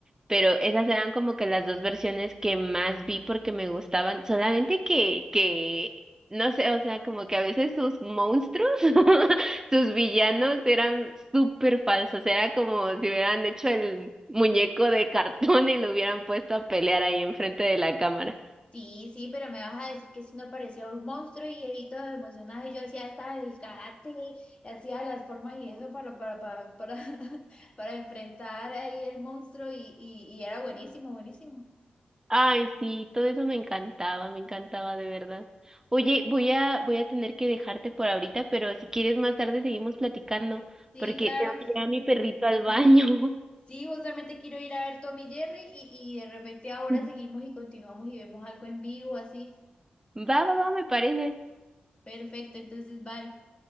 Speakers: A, on the right; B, on the left.
A: pero esas eran como que las dos versiones que más vi porque me gustaban, solamente que, que, no sé, o sea, como que a veces sus monstruos, <laughs> sus villanos eran súper falsos, era como si hubieran hecho el muñeco de cartón y lo hubieran puesto a pelear ahí enfrente de la cámara.
B: Sí, sí, pero me vas a decir que si no parecía un monstruo y Evito emocionado y yo hacía hasta el karate y hacía las formas y eso para, para, para, para, <laughs> para enfrentar ahí el monstruo y, y, y era buenísimo, buenísimo.
A: Ay, sí, todo eso me encantaba, me encantaba de verdad. Oye, voy a, voy a tener que dejarte por ahorita, pero si quieres más tarde seguimos platicando,
B: Sí,
A: porque
B: claro.
A: tengo que llevar a mi perrito al baño.
B: Sí, justamente quiero ir a ver Tommy y Jerry y, y de repente ahora
A: <laughs>
B: seguimos y continuamos y vemos algo en vivo así.
A: Va, va, va, me parece.
B: Perfecto, entonces vale.